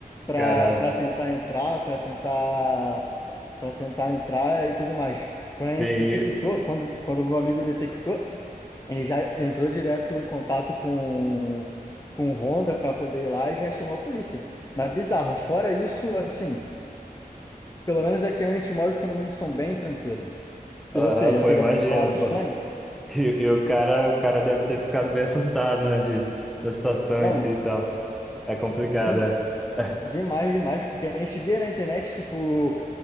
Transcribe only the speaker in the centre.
Caramba.
Sim. e-
Aham,
pô,
imagina,
pô. E, e o cara, o cara deve ter ficado bem assustado, né, de, da situação
em si e tal. É complicado,
é. <laughs>